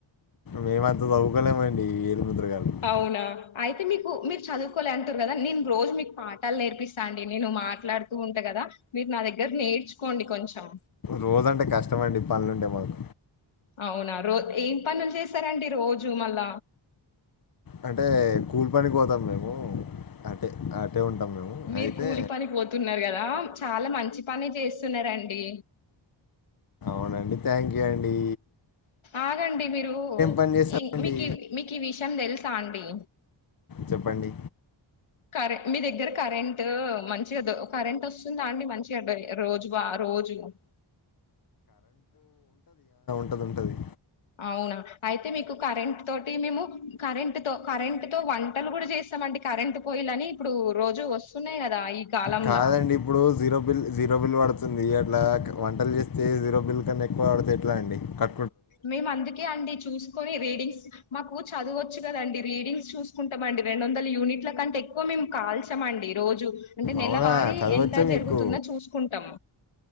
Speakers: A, on the left (about 45°); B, on the left (about 90°).
A: మేమంతా చదువుకోలేమండి. ఏలుముద్ర గారు
B: అవునా అయితే మీకు మీరు చదువుకోలే అంటురు కదా, నేను రోజు మీకు పాఠాలు నేర్పిస్తా అండి నేను మాట్లాడుతూ ఉంట క దా మీరు నా దగ్గర నేర్చుకోండి కొంచెం.
A: రోజంటే కష్టమండి పనులు ఉంటే మాకు
B: అవునా రో ఏం పనులు చేసారండి రోజు మళ్ళ?
A: అంటే కూలి పనికి పోతం మేము. అటే అటే ఉంటాం మేము
B: మీరు
A: అయితే
B: కూలి పని పోతున్నారు కదా! చాలా మంచి పని చేస్తున్నరండి.
A: అవునా అండి థ్యాంక్ యూ అండీ.
B: ఆగండి మీరూ
A: పని చేస్తారండి
B: ఇ మీకి మీకు విషయం తెలుసా అండి!
A: చెప్పండి
B: కరె మీ దగ్గర కరెంటూ మంచిగ దొ కరెంట్ వొస్తుందా అండి మంచిగ రోజు బా రోజు రోజు
A: ఉంటది ఉంటది.
B: అవునా అయితే మీకు కరెంట్ తోటి మేము కరెంట్ తో కరెంట్ తో వంటలు కూడ చేస్తామండి. కరెంట్ పొయ్యిలని ఇప్పుడు రోజు వస్తున్నాయి కదా ఈ కాలంలా
A: కాదండి ఇప్పుడు జీరో బిల్ జీరో బిల్ పడు తుంది అట్ల వంటలు చేస్తే జీరో బిల్ కన్నా ఎక్కువ వాడతే ఎట్లా అండి క
B: మేము అందుకే అండి చూస్ కొని రీడింగ్స్ మాకు చదువు వచ్చు కదండి, రీడింగ్స్ చూసుకుంటమండి రెండు వందల యూనిట్ల కంటే ఎక్కువ మే ము కాల్చామండి రోజు అంటే నెలవారీ
A: అవునా చదవచ్చా
B: ఎంత
A: మీకు
B: జరుగుతుందో చూసుకుంటం